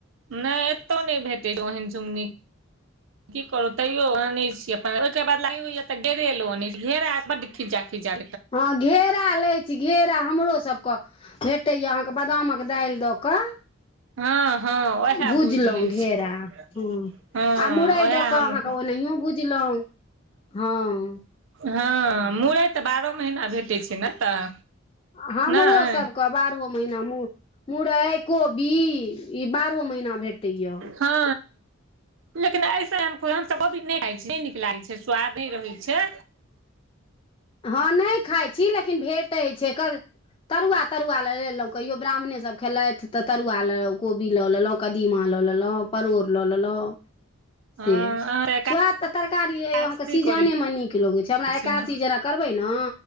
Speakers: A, on the right; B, on the left.
A: नहि एतौ नहि भेटै ओहन झुंगनी की करू तैयो अने छी अपन ओहिके बादला ई होइयै तऽ घेउरा आर बड खीजा खीजा
B: हँ घेरा लै छी घेरा हमरोसभके भेटैया अहाँके बादामक दालि दऽ कऽ
A: हँ हँ उएह
B: भुजलहुँ
A: भूझि लै
B: घेरा
A: छी
B: हँ
A: हँ
B: आ मुरइ
A: उएह
B: दऽ कऽ
A: हमहू
B: अहाँके ओनाहियो भुजलहुँ हँ
A: हँ मुरय तऽ बारहो महीना भेटैत छै ने तऽ
B: हमरो
A: नहि
B: सबके बारहो महीना मुरय कोबी ई बारहो महीना भेटै या
A: हँ लेकिन ऐस हमसभ अभी नहि खाइ छी नहि नीक लागै छै स्वाद नहि रहै छै
B: हँ नहि खाइ छी लेकिन भेटै छै तरुआ तरुआ लऽ लेलहुँ कहियो ब्राह्मण सब खेलथि तऽ तरुआ ल कोबी लऽ लेलौं कदीमा लऽ लेलौं परोर लऽ लेलौं से
A: अहाँ तऽ
B: स्वाद तऽ तरकारी
A: काज
B: आहाँके सीजनेमे
A: करै
B: नीक लगै छै हमरा
A: छी
B: एकादसी
A: ने
B: जेना करबै ने